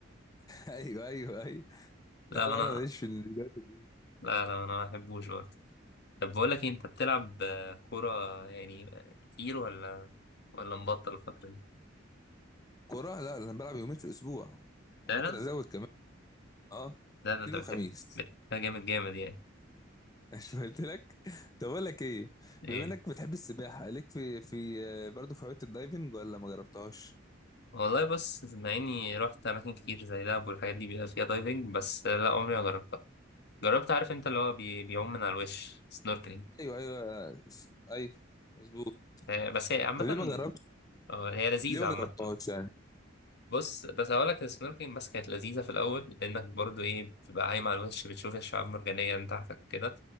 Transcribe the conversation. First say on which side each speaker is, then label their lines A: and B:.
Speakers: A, on the left; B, on the left.
A: <laughs> أيوه أيوه أيوه
B: <laughs>
A: لا
B: لا
A: لا
B: أنا
A: انا ماليش في الرياضه دي
B: لا لا أنا ما بحبوش برضه طب بقول لك إيه، أنت بتلعب آه، كورة يعني آه، كتير ولا ولا مبطل الفترة دي
A: كوره لا انا بلعب يومين في الاسبوع وممكن
B: فعلا
A: ازود كمان اه
B: لا
A: اثنين
B: ده أنت بتحب
A: وخميس
B: بتحبها جامد جامد يعني
A: <laughs> مش قلت لك طب اقول لك ايه
B: إيه
A: بما انك بتحب السباحه ليك في في آه، برضه في هوايه الدايفنج ولا ما جربتهاش
B: والله بص مع إني رحت أماكن كتير زي دهب والحاجات دي بيبقى فيها دايفنج بس آه، لا عمري ما جربتها جربت عارف انت اللي هو بي... بيعوم من على الوش سنوركلينج
A: ايوه ايوه س- ايوه مظبوط
B: آه بس هي عامة
A: طب ليه ما جربت
B: اه هي لذيذة
A: ليه ما
B: عامة
A: جربتهاش يعني
B: بص بس هقول لك السنوركلينج بس كانت لذيذة في الأول لأنك برضو إيه بتبقى عايم على الوش بتشوف الشعاب المرجانية من تحتك وكده